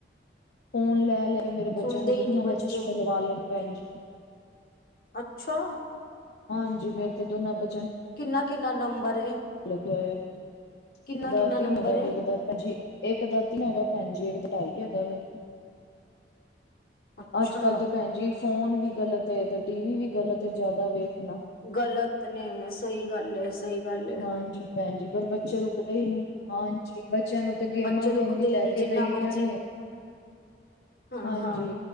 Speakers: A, on the left; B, on the left.
A: ਫੋਨ ਲੈ ਲਏ ਮੇਰੇ ਬੱਚਿਆਂ
B: ਸੁਣਦੇ
A: ਨੇ ਦ
B: ਹੀ ਨਹੀਂ
A: ਨੇ
B: ਬੱਚੇ
A: ਚਸ਼ਮੇ ਲਵਾ ਲੈਣ ਨੇ ਪੈਣ ਜੀ।
B: ਅੱਛਾ!
A: ਹਾਂਜੀ ਮੇਰੇ ਤਾਂ ਦੋਨਾਂ ਬੱਚ-
B: ਕਿੰਨਾ- ਕਿੰਨਾ ਨੰਬਰ ਏ?
A: ਲੱ ਕੇ ਹੋਇਆ
B: ਕਿੰਨਾ ਕਿੰਨਾ ਨੰਬਰ ਏ
A: <unintelligible> ਭਜੀ ਇੱਕ ਦਾ ਤ ਹੈਗਾ ਭੈਣ ਜੀ ਇੱਕ ਦਾ ਢਾਈ ਹੈਗਾ ਏ।
B: ਅੱਛਾ
A: ਅੱਜ -ਕੱਲ ਤੇ ਭੈਣ ਜੀ ਫੋਨ ਵੀ ਗ਼ਲਤ ਏ ਤੇ ਟੀ ਵੀ ਵੀ ਗ਼ਲਤ ਏ ਜ਼ਿਆਦਾ ਵੇਖਣਾ।
B: ਗਲਤ ਨੇ ਸਹੀ ਗੱਲ ਏ। ਸਹੀ ਗੱਲ ਏ
A: ਹਾਂਜੀ। ਭੈਣਜੀ ਪਰ ਬੱਚੇ ਰੁਕਦੇ ਈ ਨੀ। ਹਾਂਜੀ। ਬੱਚਿਆਂ ਨੂੰ ਤੇ ਗੇਮਾਂ
B: ਬੱਚੇ
A: ਵੀ
B: ਰੁਕਦੇ
A: ਇਨੀ ਲੈ
B: ਹੀ ਨੀ
A: ਕੇ।
B: ਜਿੰਨਾ
A: ਕਿ ਦੇਈ
B: ਮਰਜੀ
A: ਦੀਆਂ ਨੇ
B: ਹਾਂ
A: ਹਾਂਜੀ।
B: ਹਾਂ